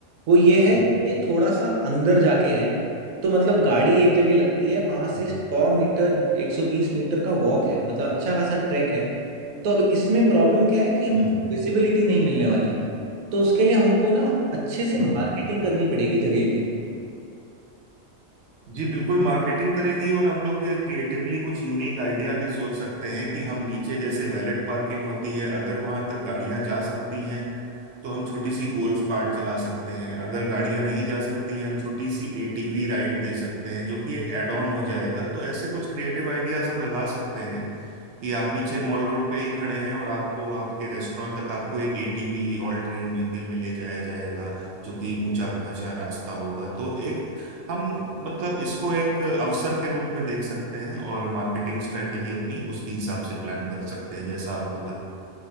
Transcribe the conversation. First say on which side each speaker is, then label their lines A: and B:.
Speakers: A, on the right; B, on the right.
A: वो ये है
B: हम्म
A: कि ये थोड़ा सा अंदर जाके है तो मतलब गाड़ी एक जगह लगती है वहां से
B: हम्म
A: सौ मीटर एक सौ बीस मीटर का वॉक है मतलब अच्छा खासा ट्रैक है तो अब इसमें प्रॉब्लम क्या है कि हमको
B: हम्म हम्म
A: विजिबिलिटी नहीं मिलने वाली तो उसके लिए हमको ना अच्छे से
B: हम्म,
A: मार्केटिंग करनी पड़ेगी जगह की
B: जी बिल्कुल मार्केटिंग करेगी और हम लोग क्रिएटिवली कुछ यूनिक आइडिया भी सोच सकते हैं कि हम नीचे जैसे वैलेट पार्किंग होती है अगर वहां तक गाड़ियां जा सकती हैं तो हम छोटी सी गोल्फ कार्ट चला सकते हैं अगर गाड़ियां नहीं जा सकती हैं हम छोटी सी एटीवी राइड दे सकते हैं जो कि एक एड ऑन हो जाएगा तो ऐसे कुछ क्रिएटिव आइडियाज हम लगा सकते हैं कि आप नीचे मॉल रोड पे ही खड़े हैं और आपको आपके रेस्टोरेंट तक आपको एक एटीवी ऑल ट्रेन व्हीकल में ले जाया जाएगा जो कि ऊंचा खचा रास्ता होगा तो एक हम मतलब इसको एक अवसर के रूप में देख सकते हैं और मार्केटिंग स्ट्रेटेजी अपनी उसके हिसाब से प्लान कर सकते हैं जैसा आप बोला